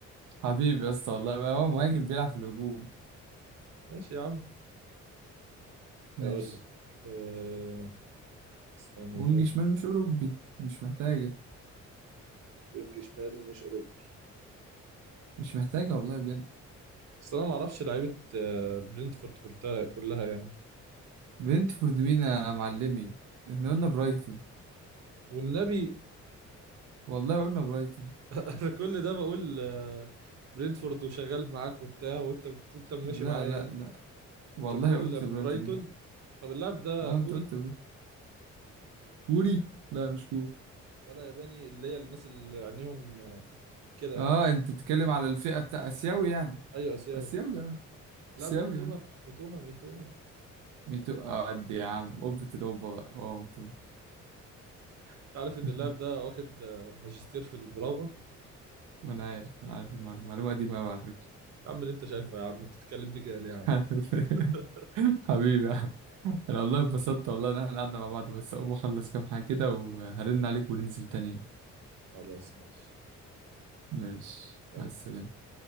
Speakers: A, on the right (about 85°); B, on the right (about 60°).
A: حبيبي يا اسطى والله بقى هو مهاجم بيلعب في الهجوم
B: ماشي يا عم
A: ماشي
B: اقول لك أه استنى
A: وينج
B: طيب
A: شمال مش اوروبي مش محتاجة
B: وينج شمال ومش اوروبي
A: مش محتاجة والله بجد
B: بس انا ما اعرفش لعيبه آه، برينتفورد كلها كلها يعني
A: برنتفورد مين يا معلمي احنا قلنا برايتون
B: والنبي
A: والله قلنا برايتون
B: <laughs> انا كل ده بقول آه، برينتفورد وشغال معاك وبتاع وانت بت- وانت ماشي
A: لا
B: معايا
A: لا لا والله
B: انت بتقول
A: قلت برايتون
B: برايتون
A: انت
B: طب اللاعب ده
A: اه
B: كوري
A: انت قلت برايتون كوري لا مش كوري
B: ولا ياباني اللي هي الناس اللي عينيهم آه، كده
A: اه
B: يعني
A: انت بتتكلم على الفئة بتاع اسيوي يعني
B: ايوه اسيوي
A: اسيوي اه
B: اللاعب
A: اسيوي
B: ده ميتوما
A: اه
B: ميتوما ميتوما
A: ميتو اه قد يا عم اوبة الاوبة بقى اه ميتو
B: انت عارف ان
A: <laughs>
B: اللاعب ده واخد آه، ماجستير في المراوغه
A: وانا عارف انا عارف المعلومة المعلومة دي ما على فكرة
B: يا عم اللي انت شايفه يا عم انت بتتكلم دي كده ليه
A: <laughs>
B: يا عم <laughs>
A: حبيبي يا عم انا والله انبسطت والله ان احنا قعدنا مع بعض بس اقوم اخلص كام حاجة كده وهرن عليك وننزل تاني
B: خلاص ماشي
A: ماشي
B: سلام.
A: مع السلامة